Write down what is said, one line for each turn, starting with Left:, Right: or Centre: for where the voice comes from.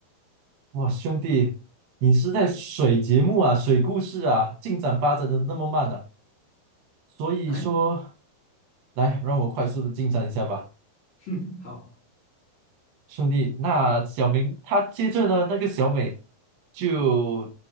Right: 哇，兄弟，你是在水节目啊，水故事啊，进展发展的那么慢呢。所以说，
Left: 来，<laughs>
Right: 来，让我快速的进展一下吧。
Left: 哼，好，
Right: 兄弟，那小明他接着呢，那个小美就